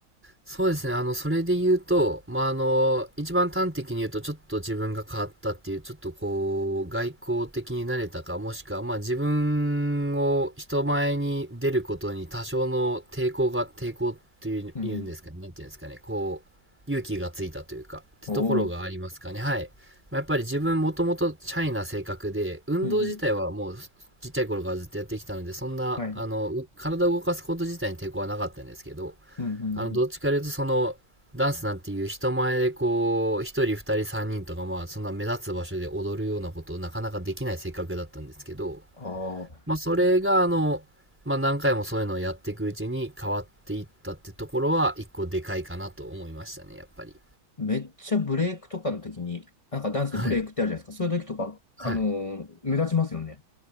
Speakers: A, in the centre; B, on the left (about 20°).
A: そうですね。あの、それで言うと、まあ、あの、一番端的に言うと、ちょっと自分が変わったっていう、ちょっとこう、外交的になれたか、もしくは、まあ、自分を人前に出ることに多少の抵抗が、抵抗っていう、
B: うん。
A: 言うんですかね。なんていうんですかね。こう、勇気がついたというか、ってところがありますかね。
B: おおー、
A: はい。まあ、やっぱり自分もともとシャイな性格で、運動自体はもう、
B: うんうん。
A: ちっちゃい頃からずっとやってきたので、そんな、
B: はい。うん
A: あの、体を動かすこと自体に抵抗はなかったんですけど、
B: うんうん
A: あの、どっちかというとその、ダンスなんていう人前でこう、一人二人三人とかまあ、そんな目立つ場所で踊るようなことをなかなかできない性格だったんですけど、
B: ああ、
A: まあそれがあの、まあ何回もそういうのをやっていくうちに変わっていったってところは一個でかいかなと思いましたね、やっぱり。
B: めっちゃブレイクとかの時に、なんかダンスでブレイクってあるじゃないですか。
A: はい。
B: そういう時とか、
A: はい。
B: あのー目立ちますよね。